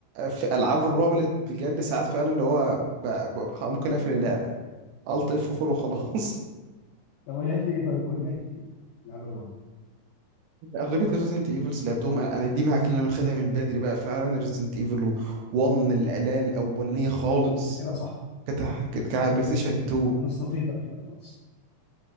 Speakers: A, on the right; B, on the left.
A: في العاب الرعب اللي بجد ساعات فعلا اللي هو ب... ب... خ- ممكن اقفل اللعب الت اف 4 وخلاص
B: طب لعبت ايه طيب قول لي لعبت ايه العاب الرعب
A: <laughs> اغلبيه ريزنت ايفلز لعبتهم انا أنا دي من الحاجات اللي انا واخدها من بدري بقى فعلا ريزنت ايفل 1 الاله الاولانيه خالص
B: انت كده صح
A: كانت كانت
B: انت
A: على
B: كده
A: بلاي ستيشن
B: خلاص انت
A: 2
B: انا اصطفيتك كده خلاص